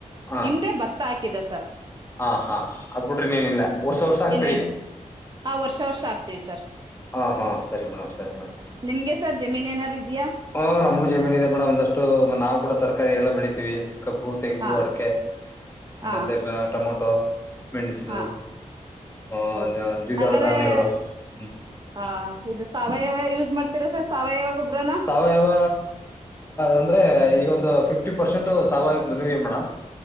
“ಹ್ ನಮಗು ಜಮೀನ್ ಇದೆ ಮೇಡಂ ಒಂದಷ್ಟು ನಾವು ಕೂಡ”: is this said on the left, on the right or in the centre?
Left